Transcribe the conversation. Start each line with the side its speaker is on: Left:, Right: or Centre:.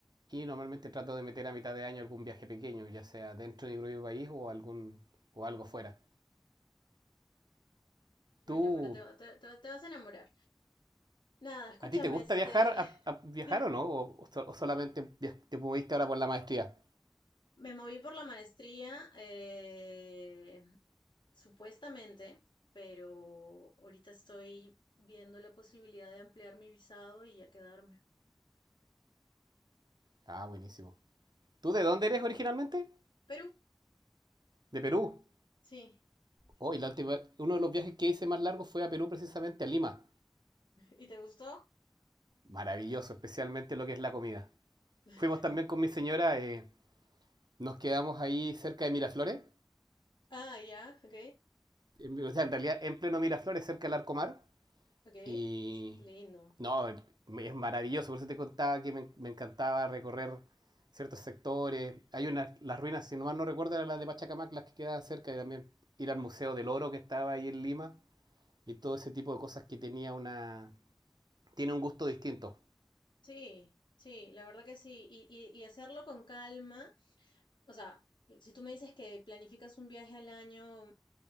Right: y normalmente trato de meter a mitad de año algún viaje pequeño, ya sea dentro de mi propio país o, algún, o algo fuera.
Left: Bueno,
Right: ¿Tú,
Left: pero te, va- te, te, te vas a enamorar. Nada, escúchame,
Right: a ti te gusta
Left: este,
Right: viajar,
Left: <laughs>
Right: a- a- viajar
Left: dime.
Right: o no? ¿O, o so- solamente te moviste ahora por la maestría?
Left: Me moví por la maestría, eh, supuestamente, pero ahorita estoy viendo la posibilidad de ampliar mi visado y ya quedarme.
Right: Ah, buenísimo. ¿Tú de dónde eres originalmente?
Left: Perú,
Right: De Perú.
Left: sí.
Right: Oh, y la última, uno de los viajes que hice más largo fue a Perú, precisamente a Lima.
Left: ¿Y te gustó?
Right: Maravilloso, especialmente lo que es la comida.
Left: <laughs>
Right: Fuimos también con mi señora, eh, nos quedamos ahí cerca de Miraflores
Left: Ah, ya, ok,
Right: En, o sea, en realidad, en pleno Miraflores, cerca del Arcomar.
Left: ok.
Right: Y
Left: Lindo.
Right: no, es maravilloso. Por eso te contaba que me, me encantaba recorrer ciertos sectores. Hay unas, las ruinas, si no mal no recuerdo, eran las de Pachacamac, las que quedaban cerca. Y también ir al Museo del Oro que estaba ahí en Lima. Y todo ese tipo de cosas que tenía una... Tiene un gusto distinto.
Left: Sí, sí, la verdad que sí. Y, y, y hacerlo con calma. O sea, si tú me dices que planificas un viaje al año,